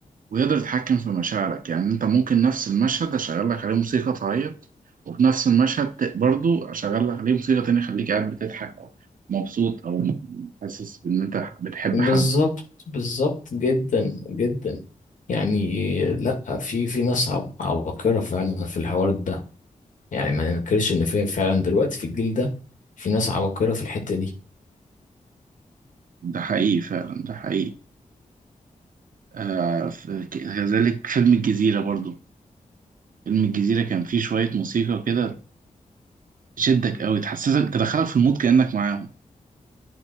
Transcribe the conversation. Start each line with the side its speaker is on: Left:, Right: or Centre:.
Right: ويقدر يتحكم في مشاعرك يعني انت ممكن نفس المشهد اشغل لك عليه موسيقى تعيط وفي نفس المشهد ت- برضو اشغل لك عليه موسيقى تانية خليك قاعد بتضحك او مبسوط او حاسس ان انت بتحب
Left: بالظبط
Right: حد
Left: بالظبط جدا جدا يعني لأ في في ناس عب- عباقرة فعلا في الحوار ده يعني ما ننكرش ان في فعلا دلوقتي في الجيل ده في ناس عباقرة في الحتة دي
Right: ده حقيقي فعلا ده حقيقي آه ف- ك- كذلك فيلم الجزيرة برضو فيلم الجزيرة كان فيه شوية موسيقى كده تشدك قوي تحسسك تدخلك في المود كأنك معاهم